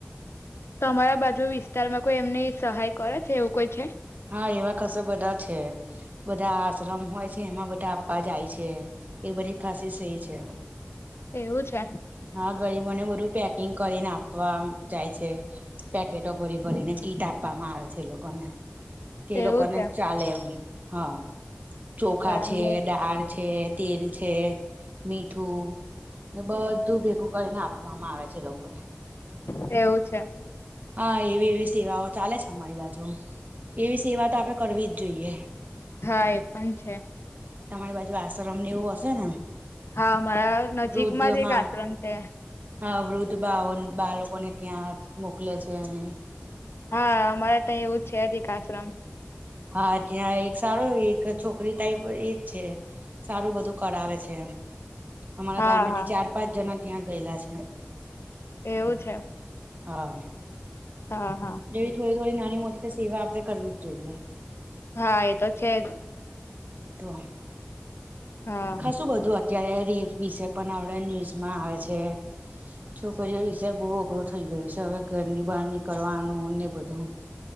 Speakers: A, on the left (about 85°); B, on the right (about 45°).
A: તમારા બાજુ વિસ્તારમાં કોઈ એમની સહાય કરે છે એવું કોઈ છે?
B: હા, એવા ખાસા બધા છે. બધા આશ્રમ હોય છે ને, એમાં બધા આપવા જાય છે. એવી બધી ખાસી સહી છે.
A: એવું છે?
B: હા, ગરીબોને બધું પેકિંગ કરીને આપવા જાય છે. પેકેટો ભરી ભરીને કીટ આપવામાં આવે છે એ લોકોને. એ
A: એવું
B: લોકોને
A: છે
B: ચાલે એમ હા ચોખા
A: બરાબર
B: છે, દાળ છે. તેલ છે, મીઠું. ને બધું ભેગું કરીને આપવામાં આવે છે એ લોકોને.
A: એવું છે?
B: હા, એવી એવી સેવાઓ ચાલે છે અમારી બાજુ. એવી સેવા તો આપણે કરવી જ જોઈએ.
A: હા, એ પણ છે.
B: તમારી બાજુ આશ્રમ ને એવું હશે ને?
A: હા, અમારા
B: વૃદ્ધમાં
A: નજીકમાં જ એક આશ્રમ છે.
B: હા, વૃદ્ધ બા-બાળકોને ત્યાં મોકલે છે અને
A: હા, અમારે ત્યાં એવું છે જ એક આશ્રમ.
B: હા, ત્યાં એક સારો એક છોકરી ટાઈપ એજ છે. સારું, બધું કરાવે છે એમ. અમારા
A: હા
B: ગામેથી
A: હા
B: ચાર જણા ત્યાં ગયેલા છે એમ.
A: એવું છે
B: હા.
A: હા હા.
B: એવી થોડી-થોડી નાની-મોટી તો સેવા આપણે કરવી જ જોઈએ.
A: હા, એ તો છે જ.
B: તો.
A: હા
B: ખાસુ બધું આ અત્યારે રેપ વિશે પણ આપણા ન્યૂઝમાં આવે છે. છોકરીઓ વિશે બહુ પૂરું થઈ ગયું છે. હવે ઘરની બહાર નીકળવાનું ને બધું.